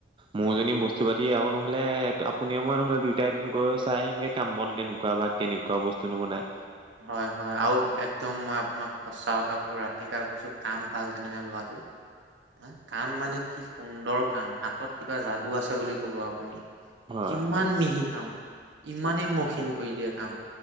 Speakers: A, on the right; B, on the right.
A: উম
B: মোৰজনী বস্তু বস্তু পাতি আৰু নহ'লে আপুনিয়ে মই নহ'লে দুয়োটাই এদিন গৈ চাই আহিমগে কাম বন কেনেকুৱা বা কেনেকুৱা বস্তুনো বনায়।
A: হয়-হয় আৰু একদম মই আপোনাক সঁচা কথা কলোঁ, ৰাতি কাল কৈছোঁ কাম ভাল জানেনে ল'ৰাটোৰ। <inaudible> আহ, কাম মানে কি সুন্দৰ কাম, হাতত কিবা যাদু আছে বুলি ক'ব আপুনি।
B: হয়
A: কিমান
B: হয় হয়
A: মিহি কাম, ইমানে মসিন কৰি দিয়ে। কাম,